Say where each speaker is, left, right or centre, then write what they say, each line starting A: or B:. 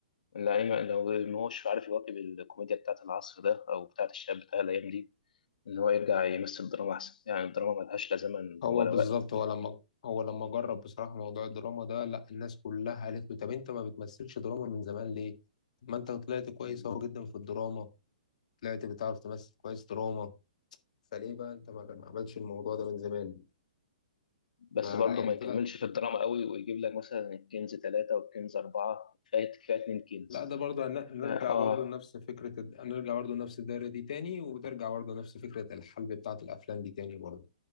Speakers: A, on the left; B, on the left.
A: لأن لو ما هوش عارف يواكب الكوميديا بتاعت العصر ده او بتاعت الشباب بتاع الايام دي إن هو يرجع يمثل دراما أحسن يعني الدراما ملهاش لا زمن
B: هو
A: ولا
B: بالظبط
A: وقت
B: هو لما هو لما جرب بصراحة موضوع الدراما ده لا الناس كلها قالت له طب انت ما بتمثلش دراما من زمان ليه؟ ما انت طلعت كويس
A: مم.
B: اهو جدا في الدراما طلعت بتعرف تمثل كويس دراما فليه بقى انت ما ما عملتش الموضوع ده من زمان
A: بس
B: فلا
A: برضه
B: يعني
A: ما يكملش
B: طلع
A: في الدراما قوي ويجيب لك مثلا الكنز ثلاثة والكنز أربعة كفاية كفاية اتنين كنز
B: لا ده برضه هن- نرجع
A: ف- آه
B: برضه لنفس فكرة الد- نرجع برضه لنفس الدايرة دي تاني وترجع برضه لنفس فكرة الحلب بتاعة الأفلام دي تاني برضه